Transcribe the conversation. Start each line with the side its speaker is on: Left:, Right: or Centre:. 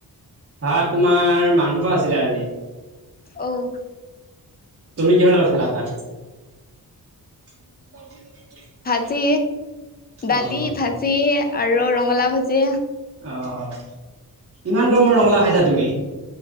Right: ভাত তোমাৰ মাংস আছিলে আজি।
Left: অ'
Right: তুমি কিহৰ লগত খালা ভাত? <unintelligible>
Left: আজি দালি
Right: অ',
Left: ভাজি আৰু ৰঙালাও ভাজি।
Right: অ ইমান গৰমত ৰঙালাউ খাইছা তুমি?